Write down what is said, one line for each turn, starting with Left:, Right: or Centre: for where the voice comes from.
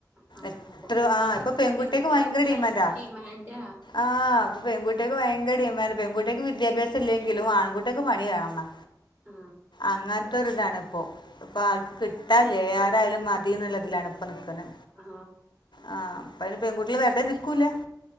Right: ആ
Left: എത്ര
Right: ഇപ്പൊ ഇപ്പൊക്കെ
Left: ആഇപ്പൊ പെൺകുട്ട്യാക്ക്
Right: പെൺകുട്ടികളെ
Left: ഭയങ്കര
Right: കിട്ടാൻ
Left: ഡിമാൻഡാ.
Right: ഡിമാൻഡാ
Left: ആഹ് പ്പൊ പെൺകുട്ട്യാക്ക് ഭയ ങ്കര ഡിമാൻഡ് പെൺകുട്ട്യാക്ക് വിദ്യാഭ്യാസല്ലെങ്കിലും ആൺകുട്ട്യേക്ക് പണി വേണം ന്നാ
Right: ആ
Left: അങ്ങൻത്തൊര്താണ് പ്പോ പ്പാർക്കും കിട്ടാല്ല ഏതായാലും മ തി ന്ന്ള്ളതിലാണ് പ്പ നിക്ക്ന്നെ
Right: ആ
Left: ആ പ്പയ്ന് പെൺകുട്ട്യാൾ വെറുതെ നിക്കുല്ല